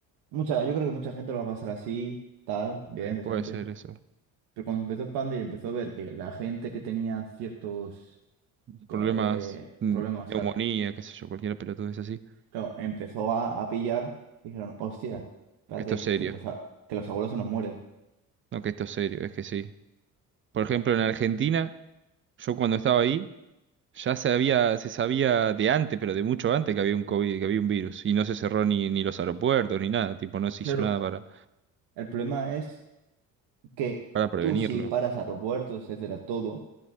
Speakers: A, on the right (about 65°); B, on the right (about 30°).
A: Mucha, yo creo que mucha gente lo va a pasar así, tal, bien,
B: eh, Puede
A: decente.
B: ser eso.
A: Pero cuando empezó el Panda y empezó a ver que la gente que tenía ciertos co-
B: Problemas,
A: eh,
B: mm,
A: problemas,
B: neumonía,
A: claro,
B: qué sé yo, cualquier pelotudez así.
A: Claro, empezó a, a pillar, dijeron, hostia, espérate,
B: Esto es
A: que
B: serio.
A: que los, a- que los abuelos se nos mueren.
B: No que esto es serio, es que sí. Por ejemplo, en Argentina, yo cuando estaba ahí, ya se había, se sabía de antes, pero de mucho antes que había un COVID, que había un virus. Y no se cerró ni, ni los aeropuertos, ni nada. Tipo, no se
A: Claro,
B: hizo nada para,
A: el problema es que
B: para prevenirlo.
A: tú si paras aeropuertos, etcétera, todo,